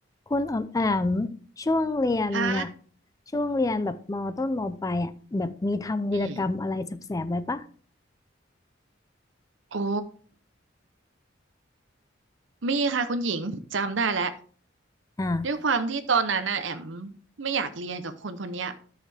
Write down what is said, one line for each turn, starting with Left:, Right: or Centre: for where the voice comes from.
Left: คุณออมแอมช่วงเรียนน่ะ
Right: ฮะ
Left: ช่วงเรียนแบบมต้นมปลายอ่ะแบบมีทำวีรกรรมอะไรแสบๆไว้ปะ
Right: อืมโอ้มีค่ะคุณหญิงจำได้แล้ว
Left: อ่า
Right: ด้วยความที่ตอนนั้นน่ะแอมไม่อยากเรียนกับคนคนเนี้ย